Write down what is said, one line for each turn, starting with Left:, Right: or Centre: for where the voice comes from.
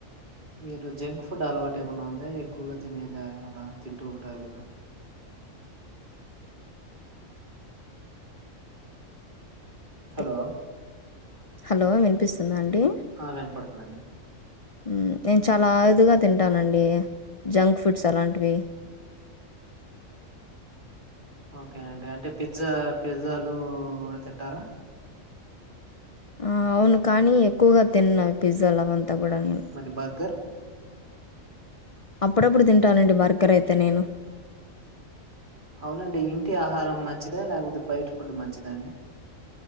Right: మీరు జంక్ ఫుడ్ అలవాట్ ఏమన్నా ఉంద ఎక్కువగా తినేద అలా తింటూ ఉంటారు గదా
Left: అయితే.
Right: హలో
Left: హలో వినిపిస్తుందా అండి
Right: అ వినపడుతుందండి
Left: ఉమ్ నేన్ చాలా ఆయుదుగా తింటానండి జంక్ ఫుడ్స్ అలాంటివి
Right: ఓకే అండి అంటే పిజ్జా పిజ్జాలు ఊడ తింటారా
Left: ఆ అవును కానీ ఎక్కువగా తిన్నావ్ పిజ్జల్ అవంతా గూడా ను
Right: మరి బర్గర్
Left: అప్పుడప్పుడు తింటానండి మర్గర్ అయితే నేను
Right: అవునండి ఇంటి ఆహారం మంచిదా లేకపోతే బయట ఫుడ్ మంచిదా అండి